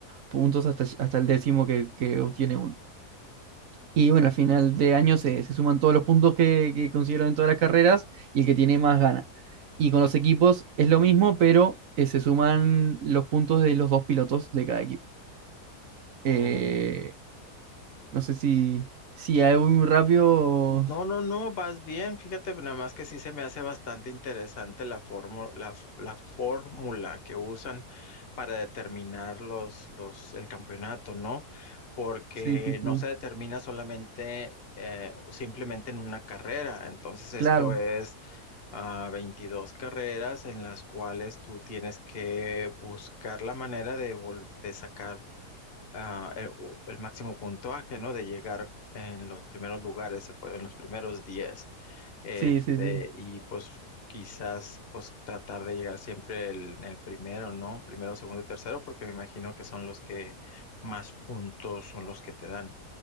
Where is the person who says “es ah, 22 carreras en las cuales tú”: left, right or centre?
Left